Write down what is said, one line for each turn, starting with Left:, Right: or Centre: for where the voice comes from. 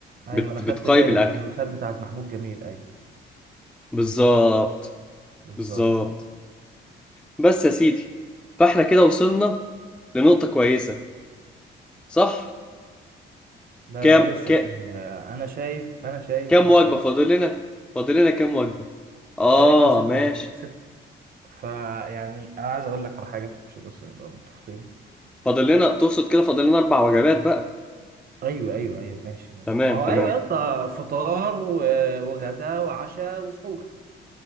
Right: ايوه
Centre: بت...
Right: ما انا خدت
Centre: بتقيم
Right: بالي
Centre: الاكل
Right: من الفلوسات بتاعت محمود جميل ايوه
Centre: بالظبط
Right: بالظبط
Centre: بالظبط
Right: اه
Centre: بس يا سيدي فاحنا كده وصلنا لنقطة كويسة صح
Right: ده
Centre: كام
Right: لسه
Centre: ك...
Right: شويه انا شايف انا شايف
Centre: كام
Right: انا
Centre: وجبة
Right: شايف
Centre: فاضل لنا فاضل لنا كام وجبة اه
Right: تقريبا ست
Centre: ماشي
Right: وجه ست فيعني انا عايز اقول لك على حاجه عشان بس نبقى متفقين
Centre: فاضل لنا تقصد كده فاضل لنا اربع وجبات بقى
Right: ايوه ايوه ايوه ماشي ماشي
Centre: تمام
Right: ما هو
Centre: تمام
Right: ايوه يا اسطى فطار و- وغدا وعشاء وسحور